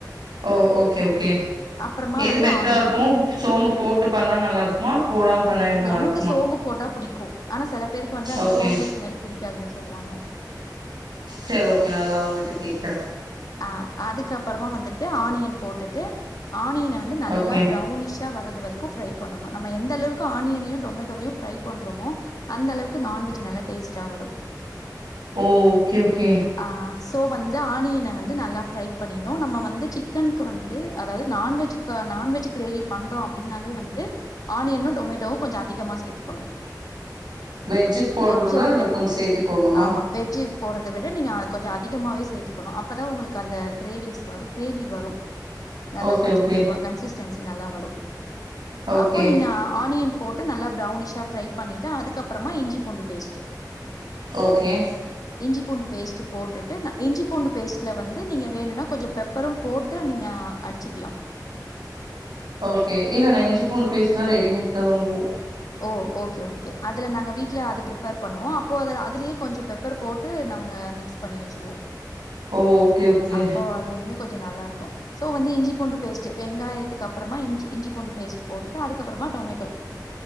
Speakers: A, on the right; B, on the left.
A: ஓ ஓகே ஓகே
B: அப்புறமா
A: எது
B: வந்து
A: பெட்ரா
B: ஆனியன்
A: இருக்கும் சோம்பு போட்டு பண்ணா நல்லா இருக்குமா போடாம பண்ணா நல்லா
B: எனக்கு
A: இருக்குமா
B: சோம்பு போட்டா புடிக்கும் ஆனா சில பேருக்கு வந்து அந்த
A: ஓகே
B: சோம்பு ஸ்மெல் பிடிக்காதுன்னு சொல்லுவாங்க
A: சேர் ஓகே நா அத அவுங்கட்ட கேக்கற
B: அ அதுக்கப்பறமா வந்துட்டு ஆனியன் போட்டுட்டு ஆனியன வந்து நல்லா
A: ஓகே
B: பிரௌநிஷா வர்றது வரைக்கும் ப்ரை பண்ணனும் நம்ம எந்த அளவுக்கு ஆனியனையும் டொமேட்டோவையும் ப்ரை பண்றோமோ அந்த அளவுக்கு நான்வெஜ் நல்லா டேஸ்ட்டா வரும்
A: ஓ ஓகே ஓகே
B: ஆ சோ வந்து ஆனியன வந்து நல்லா ப்ரை பண்ணினும் நம்ம வந்து சிக்கன்க்கு வந்து அதாவது நான்வெஜ் க நான்வெஜ் கிரேவி பண்றோ ஓ அப்டின்னாலே வந்து ஆனியனும் டொமேட்டோ கொஞ்சோ அதிகமா சேர்த்துக்கணும்
A: வெஜ்ஜுக்கு போடுறதோட
B: வெஜ்ஜை
A: அதுல
B: விட
A: கொஞ்சோ சேத்தி போடணுமா
B: ஆமா வெஜ் போறத விட நீங்க கொஞ்சோ அதிகமாகவே சேர்த்துக்கணும் அப்போ அப்பதா உங்களுக்கு அந்த கிரேவிங்ஸ் வரும் கிரேவி வரும் நல்லா
A: ஓகே
B: கொஞ்சம்
A: ஓகே
B: இதுவா கன்சிஸ்டன்சி நல்லா வரும்
A: ஓகே
B: அப்போ நீங்க ஆனியன் போட்டு நல்லா பிரௌனிஷா ஃப்ரை பண்ணிட்டு அதுக்கப்புறமா இஞ்சி பூண்டு பேஸ்ட்
A: ஓகே
B: இஞ்சி பூண்டு பேஸ்ட் போட்டுட்டு நா இஞ்சி பூண்டு பேஸ்ட் ல வந்து நீங்க வேணுனா கொஞ்சோ பெப்பரும் போட்டு நீங்க அடிச்சிக்கலாம்
A: ஓகே இல்ல நான் இஞ்சி பூண்டு பேஸ்ட்லா ரெடிமேட் தான் வாங்குவோ
B: ஓ ஓகே ஓகே அதுல நாங்க வீட்ல அது பிரிப்பேர் பண்ணுவோம் அப்போ அதுல அதுலயே கொஞ்சோ பெப்பர் போட்டு நாங்க அ மிக்ஸ் பண்ணி வச்சிருவோம்
A: ஓ ஓகே ஓகே
B: அப்போ அது இன்னு கொஞ்சோ நல்லா இருக்கும் சோ வந்து இஞ்சிப்பூண்டு பேஸ்ட் வெங்காயத்துக்கு அப்பறமா இஞ்சி இஞ்சி பூண்டு பேஸ்ட் போட்டுட்டு அதுக்கப்புறமா டொமேட்டோ